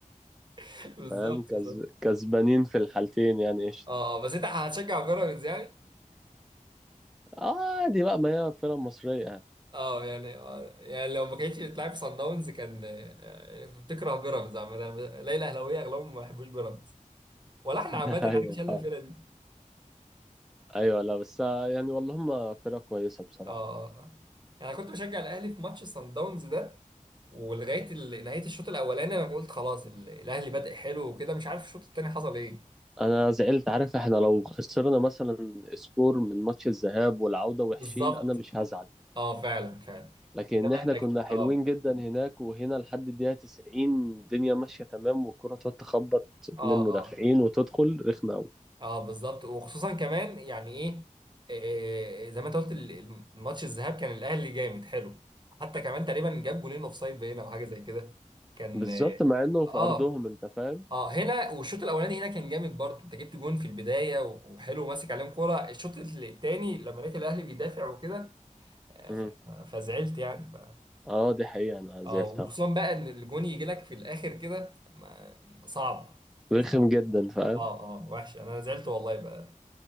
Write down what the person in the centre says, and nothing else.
فاهم كز...
كسبانين في الحالتين يعني قشطة
آه، عادي بقى ما هي فرق مصرية يعني
<laughs>
ايوه
فاهم
ايوه لا بس آه، يعني والله هم فرقة كويسة بصراحة
انا زعلت عارف احنا لو خسرنا مثلا سكور من ماتش الذهاب والعودة وحشين
انا مش هزعل
لكن
احنا
كنا حلوين
جدا هناك وهنا لحد الدقيقة 90 الدنيا ماشية تمام والكرة تقعد تخبط
بين المدافعين
وتدخل رخمة أوي
بالظبط
مع انه في
ارضهم انت فاهم
مم.
اه دي حقيقة انا
زعلت
أوي.
رخم
جدا فاهم